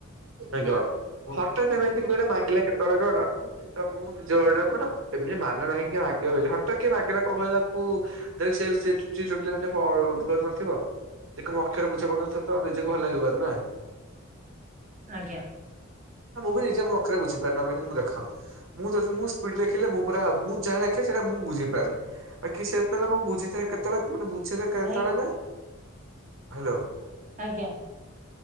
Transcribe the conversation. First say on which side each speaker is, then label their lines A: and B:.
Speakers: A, on the right; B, on the right.
A: ଆଜ୍ଞା ହଠାତ ଏମିତି ମାଗିଲା କେତେବେଳେ କଣ ତ ମୁଁ ନିଜ ଅର୍ଡର ମାନେ ଏମିତି ମାନେ ନାହିଁ କି ମାଗିବ ବୋଲି ହଠାତ୍ କିଏ ମାଗି <unintelligible> ପ ଅ ବୁଝିପାରୁନଥିବ ତାକୁ ମୋ ଅକ୍ଷର ବୁଝା ପଡୁନଥିବ ତ ନିଜକୁ ଭଲ ଲାଗିବ ନା।
B: ଆଜ୍ଞା।
A: ମୁଁ ବି ନିଜେ ମୋ <unintelligible> ବୁଝିପାରେନା ବୋଲି ମୁଁ ଦେଖ। ମୁଁ ଯଦି ମୁଁ ସ୍ପୀଡ ଲେଖିଲେ। ମୁଁ ପରା ମୁଁ ଯାହା ଲେଖେ ସେଇଟା ମୁଁ ବୁଝିପାରେ। ବାକି ସେତେବେଳେ ମୁଁ ବୁଝିଥାଏ କେତେବେଳେ ମାନେ ବୁଝେଜେ କେତେବେଳେ
B: ଭାଇ
A: ନା ହାଲୋ।
B: ଆଜ୍ଞା।